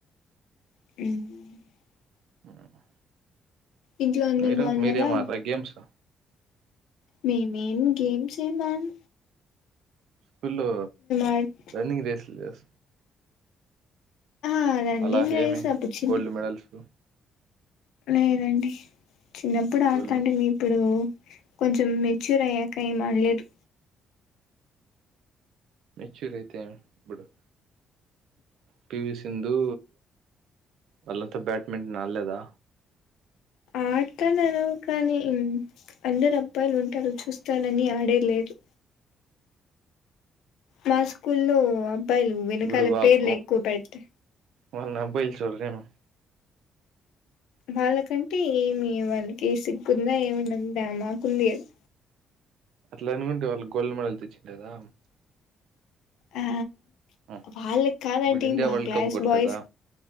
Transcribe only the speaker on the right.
ఉమ్
మీరు
మీరేం మీరేం అడ్ర గేమ్స్
పిలు
రన్నింగ్ రేసులు చేస్త
అలా హేమి
గోల్డ్ మెడల్స్
గోల్డ్
మెచ్యూర్ అయితే ఏం ఇప్పుడు పివి సింధు వాళ్ళంతా బ్యాట్మింటన్ ఆల్లేదా
ఇప్పుడు వాళ్ళ
వాళ్ళ అబ్బాయిల సర్ నేమ్
అట్లా అనుకుంటే వాళ్ళకి గోల్డ్ మెడల్ తెచ్చిండేదా
ఆ,
ఇప్పుడు ఇండియా
వరల్డ్
కప్ కొట్టలేదా